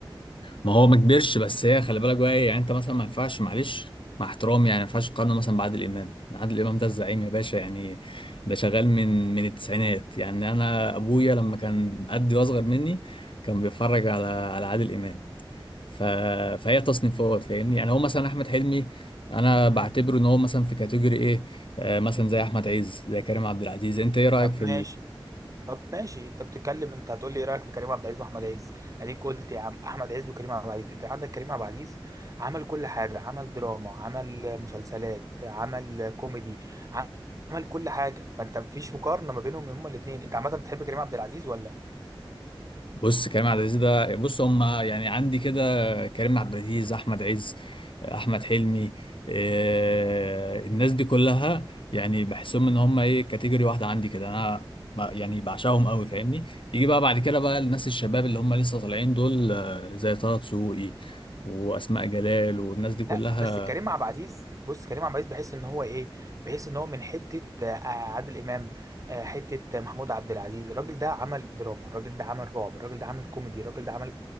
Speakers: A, on the left; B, on the right.
A: ما هو ما كبرش بس هي خلي بالك بقى ايه يعني انت مثلا ما ينفعش معلش مع احترامي يعني ما ينفعش تقارنه مثلا بعادل امام عادل امام ده الزعيم يا باشا يعني ده شغال من من التسعينات يعني انا ابويا لما كان قدي واصغر مني كان بيتفرج على على عادل امام ف... فهي تصنيفات فاهمني يعني هو مثلا احمد حلمي انا بعتبره
B: امم
A: ان هو مثلا في كاتيجوري ايه آه مثلا زي احمد عز زي كريم عبد العزيز انت ايه رايك
B: طب
A: في
B: ماشي طب ماشي انت بتتكلم انت هتقول لي ايه رايك في كريم عبد العزيز واحمد عز اديك قلت يا عم احمد عز وكريم عبد العزيز انت عندك كريم عبد العزيز عمل كل حاجه عمل دراما عمل مسلسلات عمل كوميدي عمل كل حاجه فانت مفيش مقارنه ما بينهم هما الاثنين انت عامه بتحب كريم عبد العزيز ولا
A: بص كريم عبد العزيز ده بص هم يعني عندي كده كريم عبد العزيز احمد عز احمد حلمي إيه الناس دي كلها يعني بحسهم ان هم ايه كاتيجوري واحده عندي كده انا ما- يعني بعشقهم قوي فاهمني يجي بقى بعد كده بقى الناس الشباب اللي هم لسه طالعين دول آه، زي طه دسوقي واسماء جلال والناس دي كلها
B: لا بس كريم عبد العزيز بص كريم عبد العزيز بحس ان هو ايه بحس ان هو من حته آه، عادل امام آه، حته محمود عبد العزيز الراجل ده عمل دراما الراجل ده عمل رعب الراجل ده عمل كوميدي الراجل ده عمل